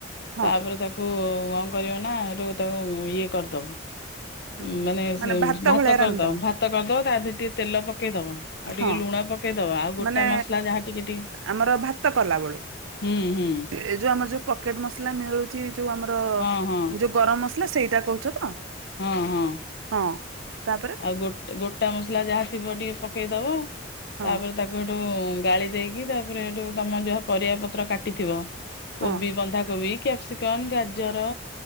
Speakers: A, on the right (about 90°); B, on the left (about 55°).
A: ହଁ
B: ତାପରେ ତାକୁ କଣ କରିବନା ହେଠୁ ତାକୁ ଇଏ କରିଦବ। ଉଁ,
A: ଉ ହୁଁ
B: ସେ
A: ମାନେ ଭାତ ଭଳିଆ
B: କରିଦବ
A: ରାନ୍ଧିଦବ?
B: ଭାତ କରିଦବ ତା ଦିହରେ ଟିକେ ତେଲ ପକେଇଦବ। ଆଉ
A: ହଁ
B: ଟିକେ ଲୁଣ ପକେଇଦବ ଆଉ ଗୋଟା
A: ମାନେ
B: ମସଲା ଯାହା ଟିକେ ଟିକେ
A: ଆମର ଭାତ କଲା ବେଳୁ
B: ହୁଁ ହୁଁ।
A: ଏ ଯୋଉ ଆମର ଯୋଉ ପକେଟ ମସଲା ମିଳୁଛି ଯୋଉ ଆମର
B: ହଁ ହଁ।
A: ଯୋଉ ଗରମ ମସଲା ସେଇଟା କହୁଛ ତ?
B: ହଁ ହଁ।
A: ହଁ ତାପରେ
B: ଆଉ ଗୋଟ ଗୋଟା ମସଲା ଯାହା ଥିବ ଟିକେ ପକେଇଦବ
A: ହଁ
B: ତାପରେ ତାକୁ ହେଠୁ ଗାଳି ଦେଇକି ତାପରେ ହେଠୁ ତମ ଯାହା ପରିବା ପତ୍ର କାଟିଥିବ କୋବି
A: ହଁ
B: ବନ୍ଧାକୋବି କ୍ୟାପ୍ସିକ କମ ଗାଜର